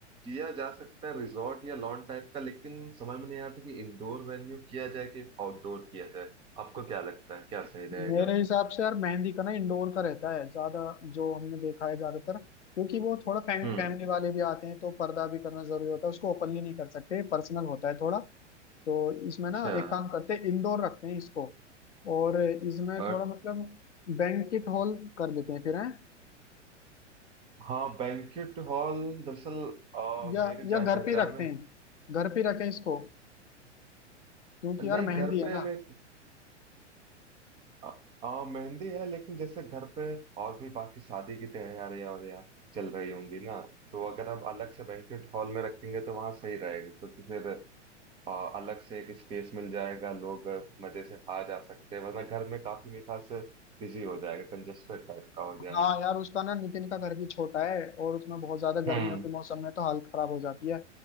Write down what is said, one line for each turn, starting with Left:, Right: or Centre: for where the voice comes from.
Right: किया जा सकता है रिजॉर्ट या लॉन टाइप का लेकिन समझ में नहीं आ रहा था कि इंडोर वेन्यू किया जाए कि आउटडोर किया जाए आपको क्या लगता है क्या सही रहेगा
Left: मेरे हिसाब से यार मेहंदी का ना इंडोर का रहता है ज्यादा जो हमने देखा है ज्यादातर क्योंकि वो थोड़ा फैम,
Right: हम्म
Left: फैमिली वाले भी आते हैं तो पर्दा भी करना जरूरी होता है उसको ओपनली नहीं कर सकते पर्सनल होता है थोड़ा तो इसमें ना
Right: अच्छा
Left: एक काम करते हैं इंडोर रखते हैं इसको और इसमें
Right: और
Left: थोड़ा मतलब बैंकेट हॉल कर लेते हैं फिर हैं
Right: हाँ बैंक्वेट हॉल दरअसल आ,
Left: या
Right: मेरे
Left: या
Right: जान
Left: घर
Right: पहचान
Left: पे ही रखते
Right: में
Left: हैं घर पे ही रखें इसको क्योंकि
Right: नहीं
Left: यार मेहंदी
Right: घर
Left: है
Right: पे
Left: ना
Right: मैं आ, आ, मेहंदी है लेकिन जैसे घर पे और भी बाकी शादी की तैयारी और यहाँ चल रही होंगी ना तो अगर हम अलग से बैंक्वेट हॉल में रखेंगे तो वहाँ सही रहेगा क्योंकि फिर और अलग से एक स्पेस मिल जाएगा लोग मजे से आ जा सकते हैं वरना घर में काफी मेरे ख्याल से बिजी हो जाएगा कंजेस्टेड टाइप का हो जाएगा
Left: हाँ यार उसका ना नितिन का घर भी छोटा है और उसमें बहुत ज्यादा गर्मियों
Right: हम्म
Left: के मौसम में तो हालत खराब हो जाती है